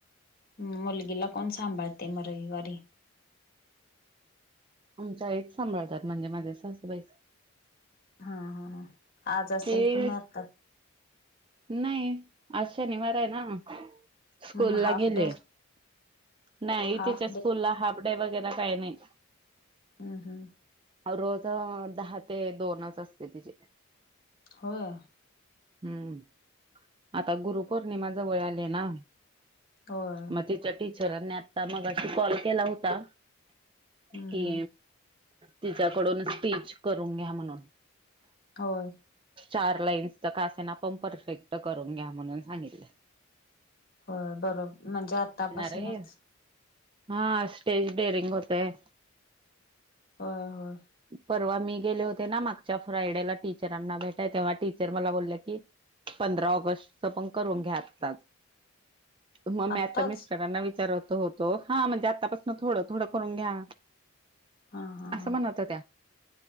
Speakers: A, on the left; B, on the right.
A: हम्म मुलगीला कोण सांभाळते म रविवारी
B: आमच्या आईच सांभाळतात म्हणजे माझे सासूबाईच.
A: हा हा आज असेल
B: ते
A: कि मग आता
B: नाही. आज शनिवार आहे ना? स्कूल
A: हम्म हाफ
B: ला गेले
A: डे
B: नाही
A: हाफ
B: तिच्या स्कूलला
A: डे
B: हा वगैरे काही नाही.
A: हम् हम्म
B: <unintelligible> रोज दहा ते दोनच असते तिचेे.
A: होय
B: हम्म आता गुरुपौर्णिमा जवळ आले ना.
A: होय
B: मग तिच्या टीचरनी आता मघाशी कॉल केला होता.
A: हम्म
B: कि
A: हम्म
B: तिच्याकडून स्टीच करून घ्या म्हणून.
A: होय
B: चार लाईन्स तर कासेना पण परफेक्ट करून घ्या म्हणून सांगितलय.
A: होय बरोबर म्हणजे आतापासूनच.
B: आहे हा स्टेज डेअरिंग होतय.
A: होय होय
B: परवा मी गेले होते ना मागच्या फ्रायडेला टीचरांना भेट तेव्हा टीचर मला बोलल्या की पंधरा ऑगस्ट पण करून घ्या आताच. मग मी
A: आत्ताच
B: आता मिस्टरांना विचारत होतो हा म्हणजे आतापासन थोडं थोडं करून घ्या
A: हा हा
B: असं म्हणत
A: हा
B: होत्या.